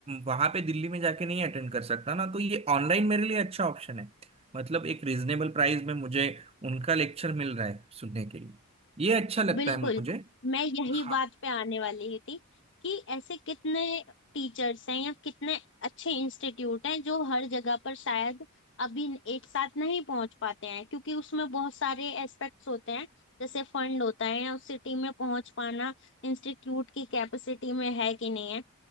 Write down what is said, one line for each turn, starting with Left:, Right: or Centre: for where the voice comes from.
Right: वहां पे दिल्ली में जाके नहीं अटेंड कर सकता ना तो ये ऑनलाइन मेरे लिए अच्छा ऑप्शन है मतलब एक रीजनेबल प्राइस में मुझे उनका लेक्चर मिल रहा है सुनने के लिए ये अच्छा लगता
Left: बिल्कुल
Right: है मुझे
Left: मैं यही
Right: हाँ
Left: बात पे आने वाली ही थी कि ऐसे कितने टीचर्स हैं या कितने अच्छे इंस्टीट्यूट हैं जो हर जगह पर शायद अभी एक साथ नहीं पहुंच पाते हैं क्योंकि उसमें बहुत सारे एस्पेक्ट्स होते हैं जैसे फंड होता है या उस सिटी में पहुंच पाना इंस्टीट्यूट की कैपेसिटी में है कि नहीं है